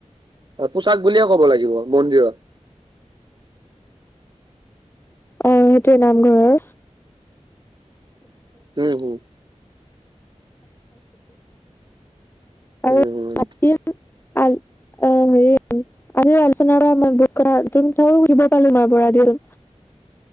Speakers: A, on the right; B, on the left.
A: পোচাক বুলিয়ে ক'ব লাগিব মন্দিৰত
B: অ সেইটোৱে নামঘৰৰ
A: উম, হম,
B: <unintelligible>
A: উম,
B: আজিৰ আলোচনাৰ পৰা মই বহুত কথা কিন্তু শিকিব পালো তোমাৰ পৰা দেই